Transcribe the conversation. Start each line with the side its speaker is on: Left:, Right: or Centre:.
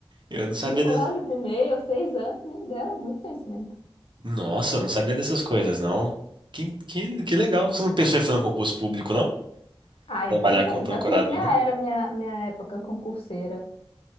Right: Eu não sabia
Left: Cinco
Right: des...
Left: anos e meio, seis anos, me deram muito conhecimento.
Right: Nossa, eu não sabia dessas coisas, não. Que, que, que legal. Você não pensou em fazer um concurso público, não?
Left: Ah,
Right: Trabalhar
Left: eu pensei,
Right: como procurador,
Left: já tive minha
Right: não?
Left: era, minha, minha época concurseira.